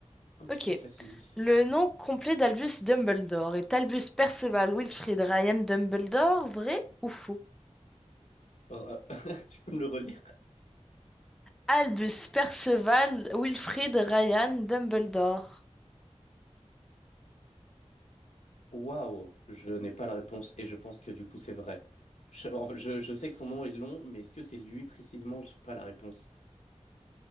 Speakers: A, on the left; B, in the centre.
A: un petit
B: Ok.
A: peu classiques.
B: Le nom complet d'Albus Dumbledore est Albus Perceval Wilfrid Ryan Dumbledore, vrai ou faux?
A: Oh, ah, <laughs> tu peux me le relire?
B: Albus Perceval Wilfrid Ryan Dumbledore.
A: Waouh, je n'ai pas la réponse et je pense que du coup c'est vrai. Je, en fait, je, je sais que son nom est long, mais est-ce que c'est lui précisément? J'ai pas la réponse.